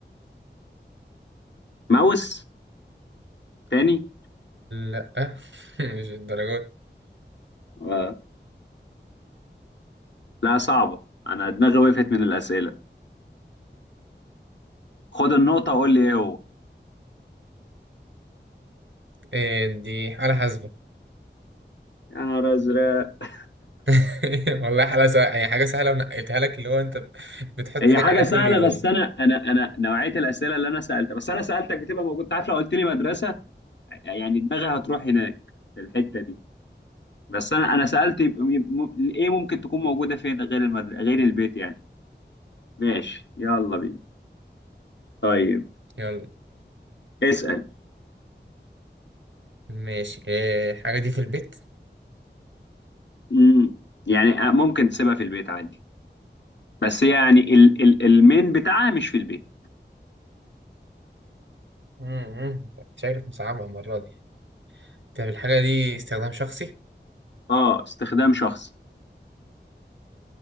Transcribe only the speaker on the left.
ماوس تاني
اه لا صعبه انا دماغي وقفت من الاسئله خد النقطه وقول لي ايه هو
يا نهار ازرق
هي
حاجه
سهله
بس انا انا انا نوعيه الاسئله اللي انا سالتها بس انا سالتك بتبقى موجود أنت عارف لو قلت لي مدرسه يعني دماغي هتروح هناك في الحته دي بس انا انا سالت يب- م- ايه ممكن تكون موجوده فين غير المدرسه غير البيت يعني ماشي يلا بينا طيب
اسال
مم. يعني آه، ممكن تسيبها في البيت عادي بس يعني ال ال المين بتاعها مش في البيت
اه استخدام شخصي